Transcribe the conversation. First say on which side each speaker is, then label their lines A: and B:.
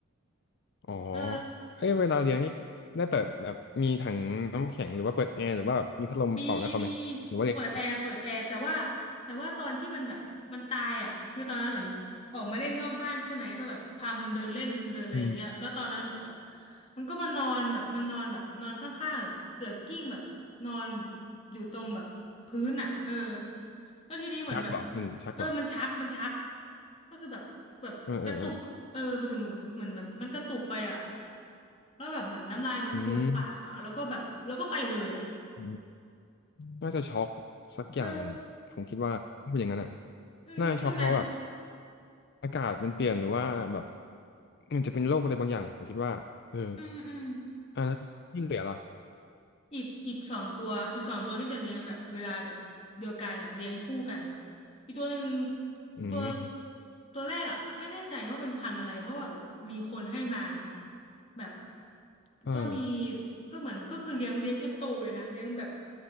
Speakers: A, on the left; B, on the left.
A: อ๋อ
B: เออ
A: เอ้ยเวลาเลี้ยงนี่ได้เปิดแบบมีถังน้ำแข็งหรือว่าเปิดแอร์หรือว่ามีพัดลมเป่าไว้เขาไหมหรือว่าเลี้ยง
B: มีมีเปิดแอร์เปิดแอร์แต่ว่าแต่ว่าตอนที่มันแบบมันตายอ่ะคือตอนนั้นเหมือนออกมาเล่นนอกบ้านใช่ไหมก็แบบพามันเดินเล่นเดินอะไรอย่างเงี้ยแล้วตอนนั้นเหมือนแบบ
A: อืม
B: มันก็มานอนแบบมันนอนแบบนอนข้างๆแบบเกือกกิ้งแบบนอนอยู่ตรงแบบพื้นอ่ะเออแล้วทีนี้เหมือนแบบ
A: ชักเหรอมันชักเหรอ
B: เออมันชักมันชักก็คือแบบแบบกระตุกอะเออมันถึงแบบเหมือนแบบมันกระตุกไปอ่ะ
A: เออเออเออ
B: แล้วแบบเหมือนน้ำลายมันฟูมปากอ่ะแล้วก็แบบแล้วก็ไปเลยอ่ะ
A: อืมอืมน่าจะช็อกสักอย่าง
B: เออ
A: ผมคิดว่าถ้าเป็นอย่างนั้นอ่ะ
B: อืมใช่ไหม
A: น่าช็อกเพราะแบบอากาศมันเปลี่ยนหรือว่าแบบมันจะเป็นโรคอะไรบางอย่างผมคิดว่าเออ
B: อืมอืม
A: อ่ะแล้วที่เหลือล่ะ
B: อีกอีกสองตัวอีกสองตัวนี่จะเลี้ยงแบบเวลาแบบเดียวกันแบบเลี้ยงคู่กันอีกตัวหนึ่ง
A: อืม
B: ตัวตัวแรกอ่ะไม่แน่ใจว่าเป็นพันธุ์อะไรเพราะว่าแบบมีคนให้มาเนาะแบบ
A: เออ
B: ก็มีก็เหมือนก็คือเลี้ยงเลี้ยงจนโตเลยนะเลี้ยงแบบ